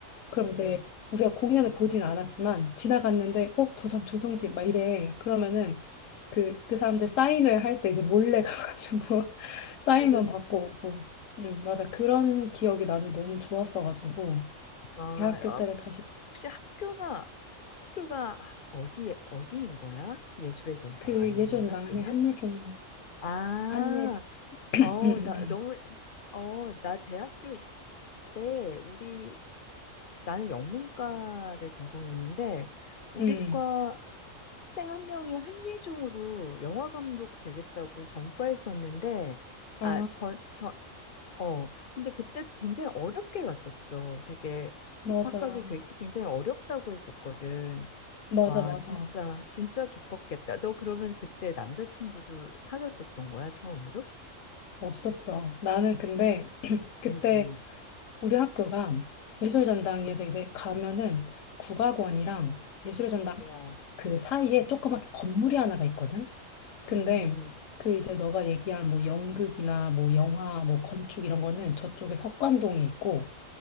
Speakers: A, on the left; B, on the left.
A: 그럼
B: 음,
A: 이제
B: 음.
A: 우리가 공연을 보진 않았지만 지나갔는데 어 저 사람 조성진 막 이래 그러면은 그 그 사람들 사인회 할 때 이제 몰래 <laughs> 가가지고 사인만
B: 소름.
A: 받고 오고 음 맞아 그런 기억이 나는 너무 좋았어가지고
B: 아,
A: 대학교
B: 아,
A: 때를
B: 혹시,
A: 다시
B: 혹시 학교가, 학교가 어디에, 어디인 거야? 예술의 전당
A: 그
B: 안에
A: 예전에
B: 있는 학교는?
A: 나한 한예종
B: 아,
A: 한예종 <clears throat>
B: 어,
A: 음, 음,
B: 나 너무, 어, 나 대학교 때 우리, 나는 영문과를 전공했는데, 우리
A: 음.
B: 과 학생 한 명이 한예종으로 영화 감독 되겠다고 전과했었는데, 아,
A: 아
B: 전, 전, 어, 근데 그때 굉장히 어렵게 갔었어. 되게
A: 맞아
B: 입학하기 괴- 굉장히 어렵다고 했었거든.
A: 맞아
B: 와,
A: 맞아
B: 진짜, 진짜 기뻤겠다. 너 그러면 그때 남자친구도 사귀었었던 거야, 처음으로?
A: 없었어 나는 근데 그때
B: 음, 음.
A: 우리 학교가 예술전당에서 이제 가면은 국악원이랑 예술 전당
B: 어.
A: 그 사이에 조그맣게 건물이 하나가 있거든 근데
B: 음,
A: 그 이제 너가 얘기한 뭐 연극이나 뭐 영화 뭐 건축 이런 거는 저쪽에 석관동에 있고